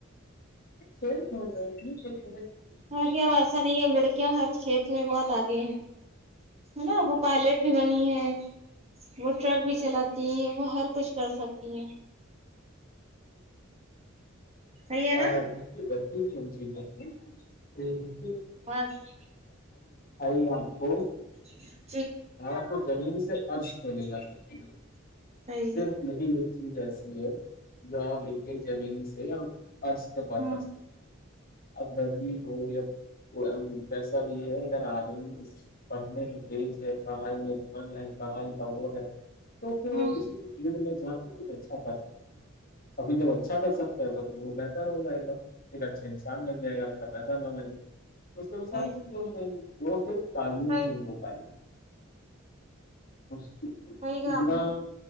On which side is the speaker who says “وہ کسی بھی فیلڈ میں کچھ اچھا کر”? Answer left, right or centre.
Left